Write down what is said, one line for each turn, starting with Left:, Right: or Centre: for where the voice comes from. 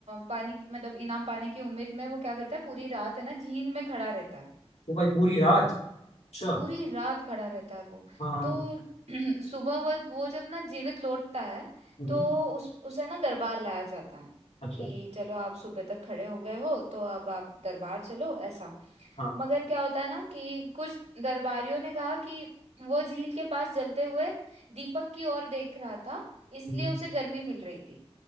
Right: पानी की- मतलब इनाम पाने की उम्मीद में वो क्या करता है पूरी रात है ना झील में खड़ा रहता है
Left: तो भाई पूरी रात अच्छा हाँ
Right: पूरी रात खड़ा रहता है वो
Left: हाँ
Right: तो <clears throat> सुबह वो वो जब ना जीवित लौटता है
Left: हम्म,
Right: तो उस उसे ना दरबार लाया जाता है
Left: अच्छा
Right: कि चलो आप सुबह तक खड़े हो गए हो तो अब आप दरबार चलो ऐसा
Left: हाँ
Right: मगर क्या होता है ना कि कुछ दरबारियों ने कहा कि वो झील के पास जलते हुए दीपक की ओर देख रहा था इसलिए
Left: हम्म,
Right: उसे गर्मी मिल रही थी